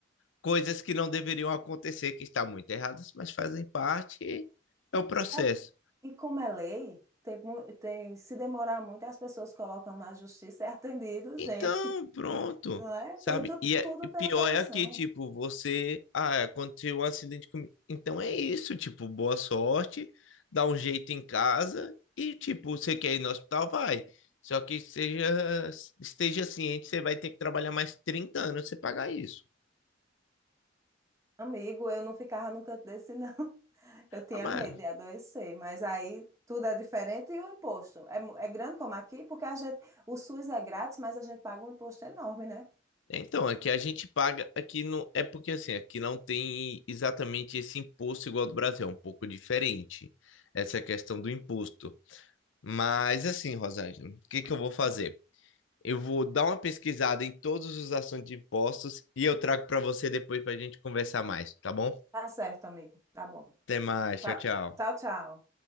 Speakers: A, on the left; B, on the right.
A: coisas que não deveriam acontecer, que está muito erradas, mas fazem parte, é o processo.
B: é- e como é lei, tem, mu- tem- se demorar muito, as pessoas colocam na justiça, é atendido,
A: Então,
B: gente,
A: pronto,
B: não é?
A: sabe?
B: Tem tudo,
A: E, é,
B: tudo
A: e pior
B: tem a solução.
A: é aqui, tipo, você, ah, aconteceu um acidente comigo. Então é isso, tipo, boa sorte, dá um jeito em casa e, tipo, você quer ir no hospital, vai. Só que seja, esteja ciente, você vai ter que trabalhar mais 30 anos pra você pagar isso.
B: Amigo, eu não ficava no canto desse, não. Eu tinha
A: Ah, mano,
B: medo de adoecer, mas aí tudo é diferente e o imposto é, mu- é grande como aqui, porque a gente, o SUS é grátis, mas a gente paga um imposto enorme, né?
A: É, Então, aqui a gente paga, aqui não, é porque assim, aqui não tem exatamente esse imposto igual ao do Brasil, é um pouco diferente essa questão do imposto. Mas assim, Rosângela, o que que eu vou fazer? Eu vou dar uma pesquisada em todos os assuntos de impostos e eu trago para você depois para a gente conversar mais, tá bom?
B: Tá certo, amigo. Tá bom.
A: Até mais,
B: Tchau,
A: tchau, tchau.
B: tchau. tchau.